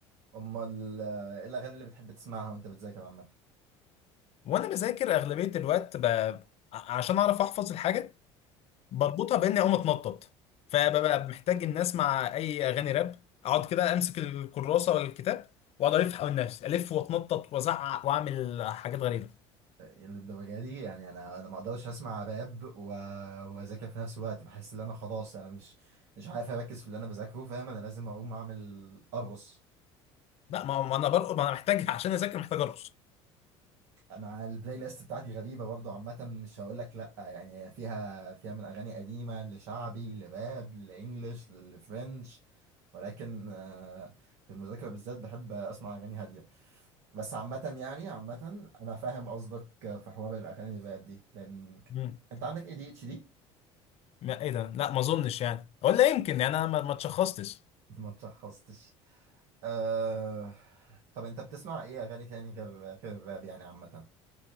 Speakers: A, on the right; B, on the left.
A: أمال آه، إيه الأغاني اللي بتحب تسمعها وأنت بتذاكر عامة؟
B: وانا بذاكر اغلبيه الوقت ب... ع- عشان اعرف احفظ الحاجه بربطها باني اقوم اتنطط فببقى محتاج ان اسمع اي اغاني راب اقعد كده امسك الكراسه ولا الكتاب واقعد الف حوالين نفسي الف واتنطط وازعق واعمل حاجات غريبه
A: للدرجة دي يعني انا انا ما اقدرش اسمع راب و- واذاكر في نفس الوقت بحس ان انا خلاص انا مش مش عارف اركز في اللي انا بذاكره فاهم انا لازم اقوم اعمل ارقص
B: لا ما ما انا برقص ما انا محتاج <laughs> عشان اذاكر محتاج ارقص
A: انا البلاي ليست بتاعتي غريبة برضه عامة مش هقول لك لا يعني هي فيها فيها من اغاني قديمة لشعبي لراب لانجلش لفرنش ولكن آه، في المذاكرة بالذات بحب اسمع اغاني هادية بس عامة يعني عامة انا فاهم قصدك في حوار الاغاني الراب دي لان
B: مم.
A: انت عندك اي دي اتش دي
B: لا ايه ده لا ما اظنش يعني ولا يمكن يعني انا ما ما اتشخصتش
A: ما تشخصتش آه... طب انت بتسمع ايه اغاني تاني غير غير الراب يعني عامة